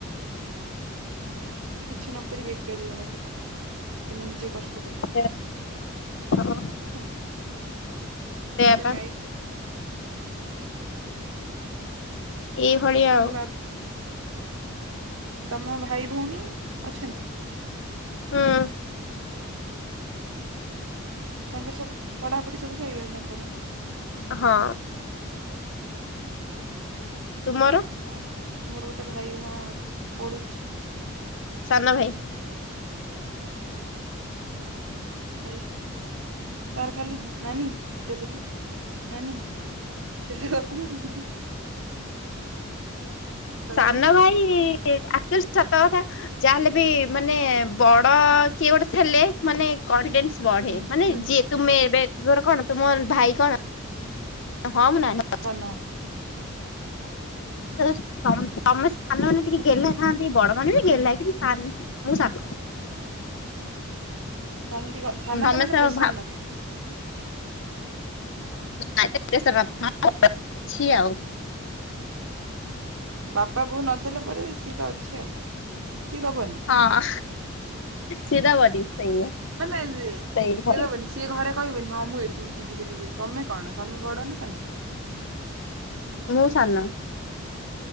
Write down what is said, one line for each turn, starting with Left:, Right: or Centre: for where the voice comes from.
Right: ନୁହେଁ ଆମେ ଯଦି କିଛି ନକରି ବେକାରୀ ହବା ତ କଣ ହବ ସିନା ନିଜେ କଷ୍ଟ ଷ୍ଟ ପାଇବ
Left: ସେଇଆ ହଁ
Right: ନୁେହଁ।
Left: ସେଇଆ
Right: ଏତ
Left: ପା
Right: ଲାଇଫ୍ ଆଉ କଣ। ହଁ
Left: ଏଇ ଭଳିଆ
Right: ତମ
Left: ଆଉ
Right: ବା ତମ ଭାଇ ଭଉଣୀ ଅଛନ୍ତି।
Left: ହଁ
Right: ହଁ ତାଙ୍କ ପଢାପଢି ସବୁ ଶଇଲାଣି ତାଙ୍କର
Left: ହଁ।
Right: ହୁଁ ହୁଁ।
Left: ତୁମର
Right: ହଁ ମୁର। ମୋର ଗୋଟେ ଭାଇ ହଁ ଅଛି ପଢୁଛି।
Left: ସନା ଭାଇ।
Right: ହୁଁ ସାନଭାଇ ତ ଖାଲି ନାନି ଏଟା ଦେଲୁ ନାନି। ସେଟାଦବୁ
Left: ସନ
Right: ଦବୁ
Left: ଭାଇ ସତ କଥା ଯାହାହେଲେ ବି ମାନେ ବଡ କିଏ ଗୋଟେ ଥେଲେ ମାନେ କଡ। ବଢ଼େ
Right: ହୁଁ
Left: ମାନେ
Right: ହୁଁ
Left: ଯିଏ ମାନେ ତୁମେ ଏବେ ର କଣ ତୁମର ଭାଇ କଣ? ହଁ ମୁ ନାଇ
Right: ସାନ ହୁଁ
Left: ତ ତମେ ସାାନମାନେ ଟିକେ ଗେହ୍ଲା ଥାନ୍ତି ବଡ ମାନେ ବି ଗେହ୍ଲା କିରି <unintelligible>
Right: ସାଙ୍ଗ ଟିକେ ସାାନରେ
Left: ସମସ୍ତେ
Right: ମାନେ ପ୍ରେସର ନଥାଏ।
Left: ଆଉ
Right: ହଁ ବାପା ବୋ ନଦେଲା ପରେ ସିଏ ତ ଅଛି ଆଉ। ସିଏ ଦବନି
Left: ହଁ ସିଧା ବଧି ସଇଆ
Right: ମାନେ
Left: ସେଇ
Right: ସିଏ ଦବନି ସିଏ ଘରେ କହିବନି ହଁ ମୁଁ ଏଠିକି ଯିବି ସେଠି ଯିବି ତମେ କଣ ତମେ ବଡ ନା ସାନ
Left: ମୁଁ ସାନ